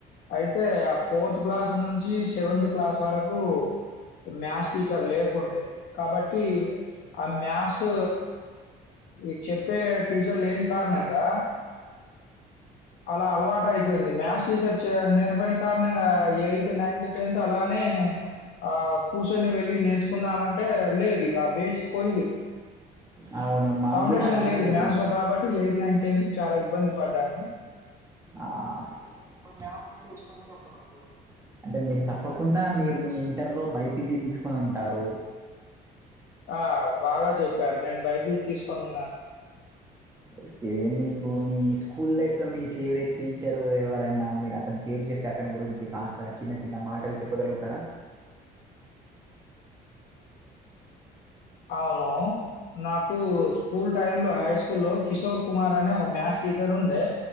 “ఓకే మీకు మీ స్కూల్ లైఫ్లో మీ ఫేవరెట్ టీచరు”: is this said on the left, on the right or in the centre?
Right